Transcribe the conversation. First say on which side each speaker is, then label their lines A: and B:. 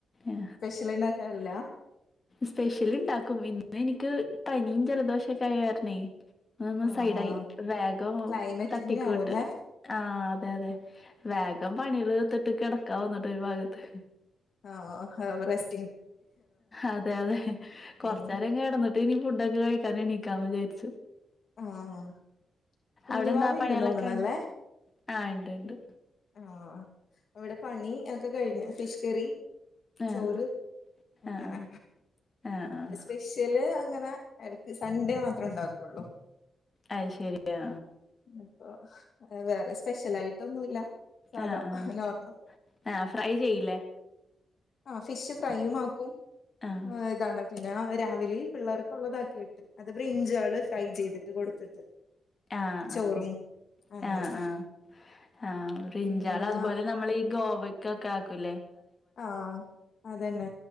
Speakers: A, on the left; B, on the left.
A: ആ
B: ഇതില്ണ്ടാക്കാറില്ലാ
A: സ്പെഷ്യൽണ്ടാക്കും. ഇന്ന് എനിക്ക് പനിയും ജലദോഷൊക്കെയ കരണേ. അന്ന്
B: ആഹ്
A: സൈഡായി വേഗം
B: ക്ലൈമറ്റിന്റെ
A: തട്ടിക്കുട്ട്.
B: ആവുംല്ലേ
A: ആഹ് അതെയതെ വേഗം പണികള്ർത്തിട്ട് കിടക്കാന്നിട്ട് ഒരു ഭാഗത്ത്.
B: ആഹ് ആഹ് എവറസ്
A: അതെയതെ കൊറചെരം
B: ഉം
A: കടന്നിട്ട് ഇനി ഫുഡൊക്കെ കഴിക്കാൻ എണീക്കാന്ന് വിചാരിച്ചു.
B: ആഹ കുഞ്ഞുവാവിണ്ട്
A: അവിടെ എന്താ പണികളൊക്കെ
B: തോന്നണ.
A: കഴിഞ്ഞോ
B: ല്ലേ
A: ആഹ് ഉണ്ട് ഉണ്ട്
B: ആഹ ഇവിടെ പണി ഒക്കെ കഴിഞ്ഞു ഫിഷ് കറി
A: ആഹ്
B: ചോറ് അങ്ങനെ
A: ആഹ് ആഹ് ആഹ് ആഹ്
B: സ്പെഷ്യല് അങ്ങന എടക്ക് സൺഡേ മാത്ര. ണ്ടാക്കുള്ളൂ
A: അത് ശരിയ
B: അപ്പൊ വേറെ സ്പെഷ്യൽ ആയിട്ടൊന്നുല്ല. സാധാ
A: ആഹ് ആഹ്
B: നോർമൽ
A: ആഹ് ഫ്രൈ ചെയ്യില്ലേ,?
B: ആഹ് ഫിഷ് ഫ്രൈ ആക്കും
A: ആഹ്
B: ഇതാണ് പിന്നെ രാവിലെ പിള്ളേർക്ക് ഉള്ളതാക്കിയിട്ട് അത് ബ്രിഞ്ജു ആള് ഫ്രൈ ചെയ്തിട്ട് കൊടുത്തിട്ട്
A: ആഹ്
B: ചോറും
A: ആഹ്
B: അങ്ങനെ
A: ആഹ് ആഹ് ആഹ് ബ്രിഞ്ചാൾ
B: പിന്നെ
A: അതുപോലെ നമ്മൾ ഈ ഗോവ ഇക്ക ഒക്ക ആക്കുലെ
B: ആഹ് അതന്നെ